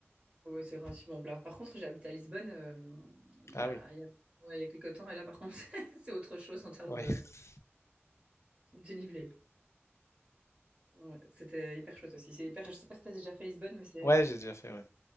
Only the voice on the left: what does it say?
Ah
oui,
ouais,
<laughs>
ouais,
j'ai déjà fait. ouais.